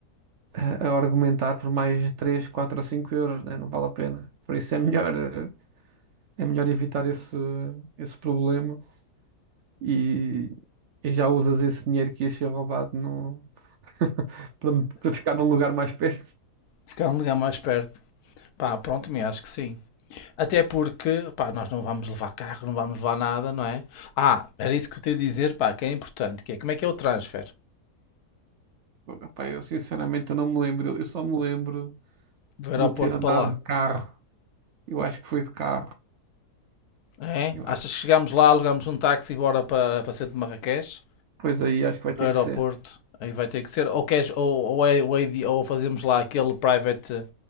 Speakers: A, on the right (about 70°); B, on the left (about 75°).
A: a- a argumentar por mais 3, 4 ou 5 euros, né? Não vale a pena. Por isso é melhor, eh, é melhor evitar esse, esse problema e, e já usas esse dinheiro que ia ser roubado no, <laughs> para, para ficar num lugar mais perto.
B: ficar um lugar mais perto, pá, pronto, me acho que sim. Até porque, pá, nós não vamos levar carro, não vamos levar nada, não é? Ah, era isso que eu te ia dizer, pá, que é importante, que é como é que é o transfer
A: Epá, eu sinceramente eu não me lembro. Eu só me lembro
B: do aeroporto
A: de ter andado
B: para lá?
A: de carro. Eu acho que foi de carro.
B: É?
A: Eu
B: Achas
A: acho-
B: que chegamos lá, alugamos um táxi e bora para, para centro de Marrakech?
A: Pois aí acho que vai ter
B: Para o aeroporto?
A: que ser.
B: Aí vai ter que ser. Ou, queres, ou, ou, é- ou, é de- ou fazemos lá aquele private. eh,